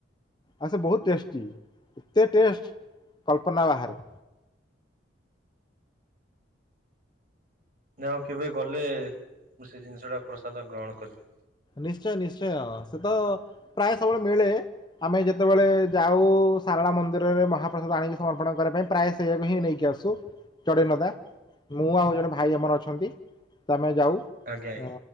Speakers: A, on the left; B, on the right.
A: ଆଉ ସେ ବୋହୁତ ଟେଷ୍ଟି, ଏତେ ଟେଷ୍ଟ କଳ୍ପନା ବାହାରେ।
B: ନା ଆଉ କେବେ ଗଲେ ମୁଁ ସେ ଜିନିଷ ଟା ପ୍ରସାଦ ଗ୍ରହଣ କରିବି।
A: ନିଶ୍ଚୟ ନିଶ୍ଚୟ ସେ ତ ପ୍ରାୟ ସବୁବେଳେ ମିଳେ। ଆମେ ଯେତବେଳେ ଯାଉ ସାରଳା ମନ୍ଦିରରେ ମହାପ୍ରସାଦ ଆଣିକି ସମର୍ପଣ କରିବା ପାଇଁ ପ୍ରାଏ ସେଇଆକୁ ହିଁ ନେଇକି ଆସୁ ଚଢେଇ ନଦା। ମୁଁ ଆଉ ଜଣେ ଭାଇ ଆମର ଅଛନ୍ତି ତ ଆମେ ଯାଉ
B: ଆଜ୍ଞା ଆଜ୍ଞା
A: ଅ